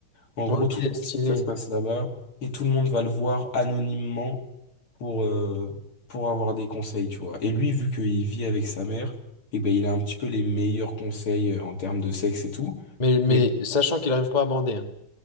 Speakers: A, on the left (about 80°); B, on the left (about 20°).
A: en
B: Ok,
A: gros, tout le monde
B: stylé.
A: sait que ça se passe là-bas et tout le monde va le voir anonymement. pour, euh, pour avoir des conseils, tu vois. Et lui, vu qu'il vit avec sa mère, eh ben, il a un petit peu les meilleurs conseils euh, en termes de sexe et tout.
B: Mais, mais
A: Mais,
B: sachant qu'il n'arrive pas à bander. hein.